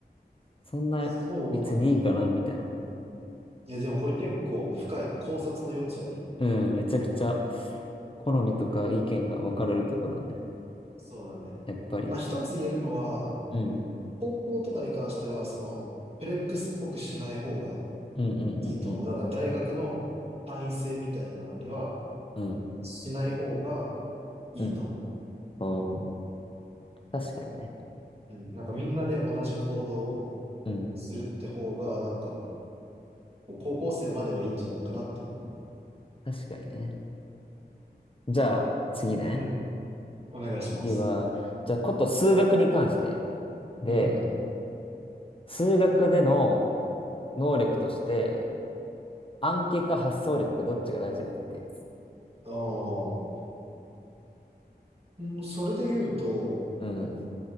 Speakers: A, on the left (about 30°); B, on the right (about 35°).
A: そんな別にいいかな、
B: そうなんだよね。
A: みたいな。
B: いや、でもこれ結構深いね。考察の余地あるね。
A: うん、めちゃくちゃ好みとか意見が分かれるとこだね。
B: そうだね。
A: やっぱり。
B: まあ、一つ言えるのは、
A: うん。
B: 高校とかに関しては、その、フレックスっぽくしない方が
A: うんうんうんうん。
B: いいと思う。だから大学の単位制みたいなのには
A: うん。
B: しない方がいいと思
A: うん。おー、確かにね。
B: う。うん。なんかみんなで同じ行動を
A: うん。
B: するって方が、なんか、こう高校生まではいいんじゃないかなって思うな。
A: 確かにね。じゃあ、次ね。
B: うん。お願いします。
A: 次は、じゃあ、こと数学に関して。で、
B: うん。
A: 数学での能力として、暗記か発想力かどっちが大事かっていう。
B: ああ。うん、それで言うと、
A: うん。